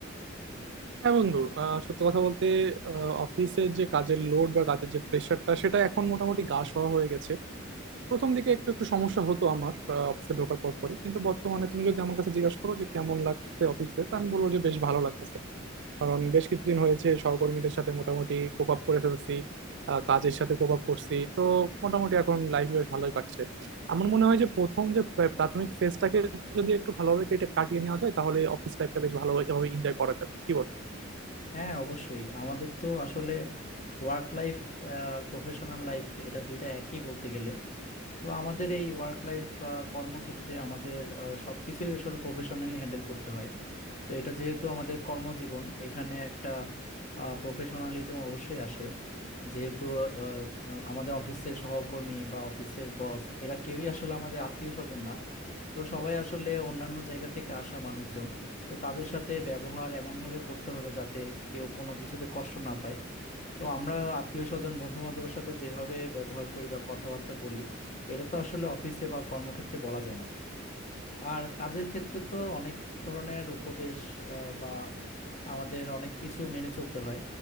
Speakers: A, on the right; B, on the left.
A: হ্যাঁ বন্ধু আহ, সত্য কথা বলতে অফিসের যে কাজের লোড বা কাজের যে প্রেশারটা সেটা এখন মোটামুটি গা সওয়া হয়ে গেছে প্রথম দিকে একটু একটু সমস্যা হতো আমার অফিসে ঢোকার পর পরই কিন্তু বর্তমানে তুমি যদি আমার কাছে জিজ্ঞাসা করো যে কেমন লাগছে অফিসে তা আমি বলবো যে বেশ ভালো লাগতেছে কারণ বেশ কিছুদিন হয়েছে সহকর্মীদের সাথে মোটামুটি কোপ আপ করে ফেলছি আহ, কাজের সাথে কোপ আপ করছি তো মোটামুটি এখন লাইফ বেশ ভালোই কাটছে আমার মনে হয় যে প্রথম যে প্রা- প্রাথমিক ফেজটাকে যদি একটু ভালোভাবে কেটে কাটিয়ে নেওয়া যায় তাহলে অফিস লাইফটা বেশ ভালোভাবে এনজয় করা যাবে কি বলো?
B: হ্যাঁ অবশ্যই আমাদের তো আসলে ওয়ার্ক লাইফ আর প্রফেশনাল লাইফ এটা দুইটা একই বলতে গেলে তো আমাদের এই ওয়ার্ক লাইফ বা কর্মক্ষেত্রে আমাদের আহ, সবকিছুই আসলে প্রফেশনালি হ্যান্ডেল করতে হয় তো এটা যেহেতু আমাদের কর্মজীবন এখানে একটা প্রফেশনালিজম অবশ্যই আসে যেহেতু আহ, আহ, আমাদের অফিসের সহকর্মী বা অফিসের বস এরা কেউই আসলে আমাদের আত্মীয় স্বজন না তো সবাই আসলে অন্যান্য জায়গা থেকে আসা মানুষজন তো তাদের সাথে ব্যবহার এমনভাবে করতে হবে যাতে কেউ কোনো কিছুতে কষ্ট না পায় তো আমরা আত্মীয় স্বজন বন্ধু বান্ধবের সাথে যেভাবে ব্যবহার করি বা কথাবার্তা বলি এটা তো আসলে অফিসে বা কর্মক্ষেত্রে বলা যায় না আর কাজের ক্ষেত্রে তো অনেক ধরনের উপদেশ আহ, বা আমাদের অনেক কিছু মেনে চলতে হয়